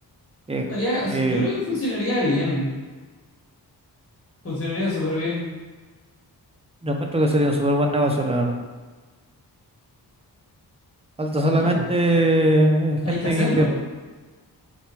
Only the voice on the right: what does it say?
que,
que
yo encuentro que sería un súper buen negocio, la verdad. Falta solamente
eh,
gente
que invierta.